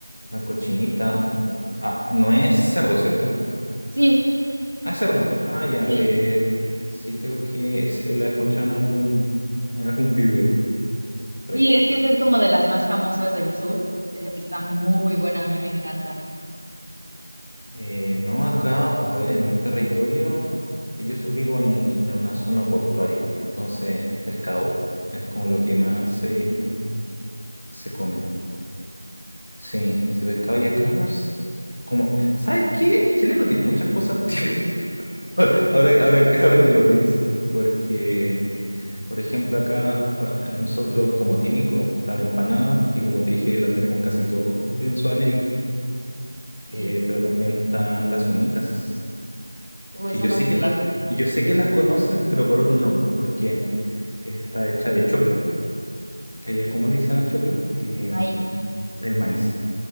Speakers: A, on the left (about 55°); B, on the right (about 75°).
A: La cochinita. mm, Ah, no es cerdo, ¿cierto?
B: Sí,
A: Ah, es cerdo. Ah, ya.
B: sí.
A: es. sí, creo que es, eh, la he escuchado en algún, en algún video. por
B: Sí,
A: ahí.
B: es que esa es como de las más famosas del sur. Eh, Está muy buena, a mí me encanta.
A: Eh, no, acá, a ver, en mi territorio, yo so- vivo en, en una zona portuaria. Entonces, pescado es como lo que más se, se come. Sí, sí, pescado. Y acá no sé. Como, ¿sabes qué? Chile no tiene muchas cosas <laughs> típicas. <laughs> Ahora, ahora, que- ahora que lo pienso, porque, por ejemplo, acá pa- nosotros como típico está la empanada, que como te dije la tenemos casi todos en Sudamérica, eh,
B: Sí.
A: pero también están las humitas,
B: Uh,
A: que
B: eso
A: yo
B: no
A: sé
B: sé
A: que
B: qué
A: las,
B: es.
A: yo sé que las conocen, pero por otro nombre, porque está hecha de choclo, que
B: Ok.
A: allá como le dicen al choclo, Em,
B: Maíz.
A: el maíz.